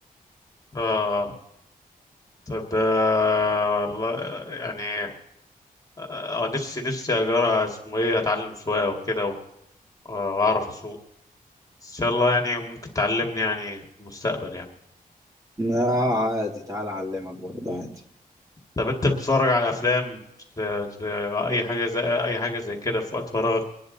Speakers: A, on the left; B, on the right.
A: اه طب آه والله يعني اه آه، نفسي نفسي اجرى اسمه ايه اتعلم سواقة وكده و- آه، واعرف اسوق بس ان شاء الله يعني ممكن تعلمني يعني في المستقبل يعني
B: لا عادي تعال أعلمك برضه عادي
A: طب انت بتتفرج على افلام بت- بت- اي حاجه زي اي حاجه زي كده في وقت فراغك